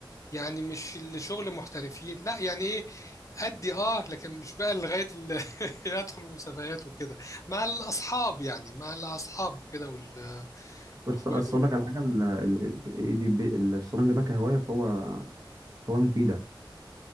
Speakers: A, on the left; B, on the right.
A: يعني مش الشغل محترفين لا يعني ايه أدي اه لكن مش بقى لغاية ال... <laughs> أدخل مسابقات وكده مع الأصحاب يعني مع الأصحاب وكده وال...
B: بس
A: وإخواتي
B: بس
A: وكده
B: اقول لك على حاجه ال- ال- ال- دي- بي- الشطرنج ده كهوايه فهو هوايه مفيده